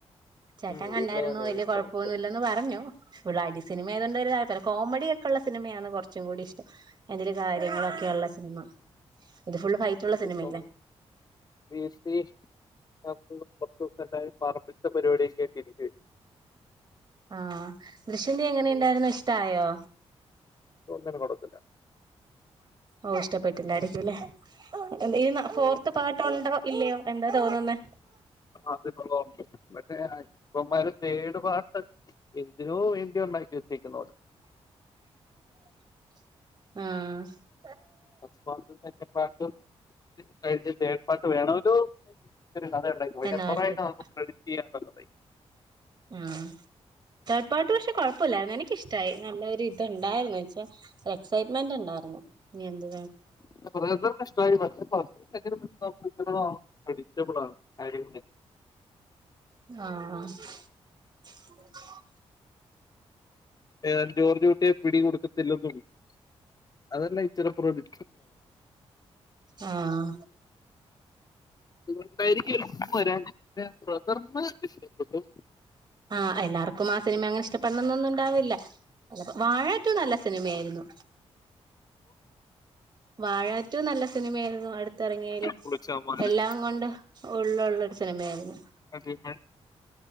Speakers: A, on the right; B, on the left.
A: ചേട്ടൻ
B: ഉം
A: കണ്ടായിരുന്നു
B: വീട്ടില് തന്നെ
A: വല്യ
B: ഇപ്പം
A: കൊഴപ്പൊന്നും
B: ഇപ്പം
A: ഇല്ലന്ന് പറഞ്ഞു ഫുള്ളും അടി സിനമയതുകൊണ്ട് ഒരു താല്പര്യല്ല പിന്നെ കോമഡിക്കെള്ള സിനിമയാണ് കുറച്ചും കൂടി ഇഷ്ടം അതില് കാര്യങ്ങളൊക്കെ ള്ള സിനിമ ഇത് ഫുൾ ഫൈറ്റുള്ള സിനിമയല്ലേ
B: പ്പം വസ് <unintelligible> ഞ കുറച്ചു ദിവസം പറമ്പിത്തെ പരിപാടിയൊക്കെ ആഴിട്ടിരിക്കയിരുന്നു
A: ആ ദൃശ്യം എങ്ങനെണ്ടായിരുന്നു ഇഷ്ടായോ
B: ഒന്നിനും കൊടുത്തില്ല
A: ഓ ഇഷ്ടപ്പെ ട്ടായിരിക്കുല്ലേ ഇ ഫോർത്ത് പാർട്ട്ണ്ടോ ഇല്ലയോ എന്താ തോന്നുന്ന
B: <unintelligible> ഇവമാര് തേടു പാർട്ട് <unintelligible> ഉണ്ടായി ചിന്ദിക്കുന്നവര്
A: ആഹ
B: ഫസ്റ്റ് പാർട്ടും സെക്കന്റ്‌ പാർട്ടും കയിഞ്ഞു തെർഡ് പാർട്ട്‌ വേണമല്ലോ കഥ ഉണ്ടാക്കി പിന്നെ
A: എന്നോർത്തിട്ട്
B: കുറെയിട്ട് നമുക്ക് ക്രഡിറ്റ് ചെയ്യാൻ <unintelligible>
A: ആ തേർഡ് പാർട്ട് പക്ഷെ കൊഴപ്പല്ല എനി ഇഷ്ടായി നല്ല ഇത്ണ്ടായിരുന്നു ച്ച എക്സൈറ്റ്മെന്റ് ഉണ്ടായിരുന്നു ഇഞ് എന്തു
B: <unintelligible> <unintelligible> ക്രഡിറ്റബിൾ ആണ് കാര്യ
A: ആഹ
B: ഏത് ജോർജ്കുട്ടിയെ പിടികൊടുത്തിട്ടില്ലെന്നും അതല്ലെ ഇത്തരം പ്രതി
A: ആഹ
B: അതുകൊണ്ടായിരിക്കും ചെലപ്പോഇഷ്ടപെടാഞ് ബ്രദർന് ഇഷ്ടപ്പെട്ടു
A: ആഹ് എല്ലാർക്കും ആ സിനിമ അങ്ങനെ ഇഷ്ടപ്പെടണൊന്നും ഉണ്ടാവില്ല വാഴാറ്റു നല്ല സിനിമയായിരുന്നു വാഴ റ്റു ഏറ്റവും നല്ല സിനിമയായിരുന്നു അടുത്തിറങ്ങിയല്
B: പുളിച്ചാമാര്
A: എല്ലാം കൊണ്ട് ഉള്ളുള്ള ഒരു സിനിമയായിരുന്നു
B: അതെ അതെ